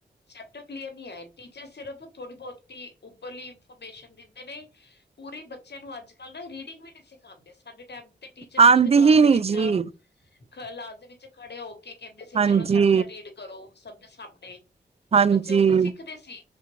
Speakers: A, on the left; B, on the right.
A: ਚੈਪਟਰ ਕਲੀਅਰ ਨਹੀਂ ਆਏ ਟੀਚਰ ਸਿਰਫ ਥੋੜੀ ਬਹੁਤੀ ਉੱਪਰਲੀ ਇਨਫੋਰਮੇਸ਼ਨ ਦਿੰਦੇ ਨੇ। ਪੂਰੀ ਬੱਚਿਆਂ ਨੂੰ ਅੱਜ ਕੱਲ੍ਹ ਨਾ ਰੀਡਿੰਗ ਵੀ ਨੀ ਸਿਖਾਉਂਦੇ ਸਾਡੇ ਟਾਈਮ। ਤੇ ਟੀਚਰ
B: ਆਂਦੀ
A: ਖੁਦ ਕਲਾਸ
B: ਹੀ
A: ਦੇ
B: ਨੀ
A: ਵਿੱਚ।
B: ਜੀ,
A: ਕਲਾਸ ਦੇ ਵਿੱਚ ਖੜੇ ਹੋ ਕੇ ਕਹਿੰਦੇ ਸੀ।
B: ਹਾਂਜੀ,
A: ਚਲੋ ਚੈਪਟਰ ਰੀਡ ਕਰੋ ਸਭ ਦੇ ਸਾਹਮਣੇ।
B: ਹਾਂਜੀ।
A: ਬੱਚੇ ਉੱਥੇ ਸਿੱਖਦੇ ਸੀ।